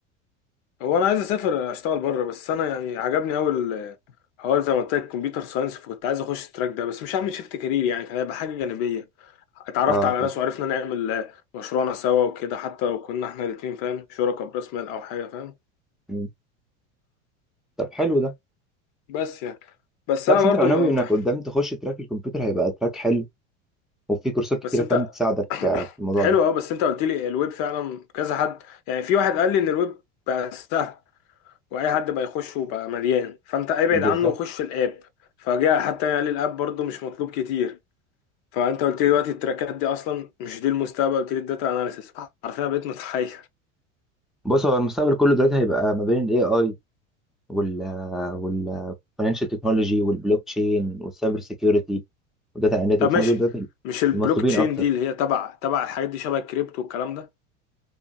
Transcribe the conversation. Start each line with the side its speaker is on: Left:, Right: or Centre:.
Left: هو انا عايز اسافر اشتغل بره بس انا يعني عجبني قوي هو زي ما قلت لك كمبيوتر ساينس فكنت عايز اخش التراك ده بس مش هعمل شيفت كارير يعني كان هيبقى حاجه جانبيه اتعرفت
Centre: اه
Left: على
Centre: فاهم
Left: ناس وعرفنا نعمل آه، مشروعنا سوا وكده حتى لو كنا احنا الاتنين فاهم شركاء براس مال او حاجه فاهم
Centre: مم. طب حلو ده
Left: بس يعني بس
Centre: لا
Left: انا
Centre: بس
Left: برضو
Centre: انت لو ناوي
Left: ما ما-
Centre: انك قدام تخش تراك الكمبيوتر هيبقى تراك حلو وفي كورسات كتيره
Left: بس انت
Centre: فاهم تساعدك
Left: <coughs>
Centre: آه، في الموضوع
Left: حلو
Centre: ده
Left: اه بس انت قلت لي الويب فعلا كذا حد يعني في واحد قال لي ان الويب بقى سهل واي حد بقى يخش وبقى مليان فانت ابعد
Centre: بالظبط
Left: عنه وخش الاب فجاء حتى يعني قال لي الاب برضو مش مطلوب كتير فانت قلت لي دلوقتي التراكات دي اصلا مش دي المستقبل قلت لي الداتا اناليسيس عارفين انا بقيت متحير
Centre: بص هو المستقبل كله دلوقتي هيبقى ما بين الاي اي وال وال financial تكنولوجي والبلوك تشين والسايبر سيكيورتي والداتا اناليتكس
Left: طب ماشي
Centre: ما دول دلوقتي
Left: مش البلوك
Centre: المطلوبين
Left: تشين
Centre: اكتر
Left: دي اللي هي تبع تبع الحاجات دي شبه الكريبتو والكلام ده